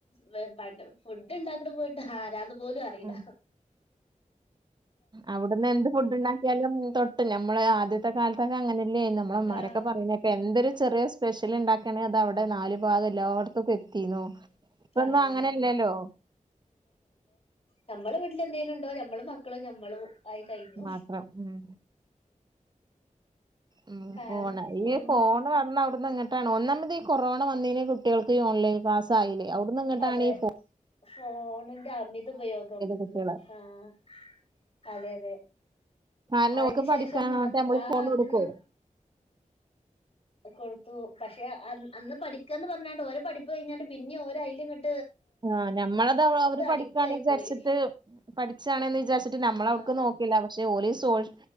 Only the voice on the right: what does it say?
ഉം അവിടുന്ന് എന്ത് ഫുഡ് ഉണ്ടാക്കിയാലും തൊട്ട് ഞമ്മള് ആദ്യത്തെ കാല ത്ത്ക്കെ അങ്ങനല്ലേ നമ്മളഅമ്മാരൊക്കെ
പറയുന്നൊക്കെ എന്തൊരു ചെറിയ സ്പെഷ്യൽ ഉണ്ടാക്കണെ അതവിടെ നാല് ഭാഗ എല്ലായിടത്തും തീന്നു ഇപ്പൊന്നും
അങ്ങനെഇല്ലല്ലോ
മാത്രം ഉം ഉം
ഫോണ് ഈ
ഫോണ് വന്ന അവിടു ന്നങ്ങാട്ടാണ് ഒന്നാമതീ കൊറോണ വന്നിന് കുട്ടികൾക്ക് ഈ ഓൺലൈൻ ക്ലാസ്സായില്ലേ അവിടുന്ന് ഇങ്ങട്ടാണ്
ഈ ഫോണ്
കുട്ടികള്
കാരണം
ഓർക്ക്
പഠിക്കാനാവട്ടെ
നമ്മള്
ഫോൺ
കൊടുക്കോ
ആഹ് ഞമ്മളത് അവ അവര് പഠിക്കാണ്
വിചാരിച്ചിട്ട്
പഠിച്ചാണ്ന്ന് വിചാരിച്ചിട്ട് ഞമ്മളവക്ക്
നോക്കില്ല പക്ഷേ ഓലിസ്‌ സോഷ്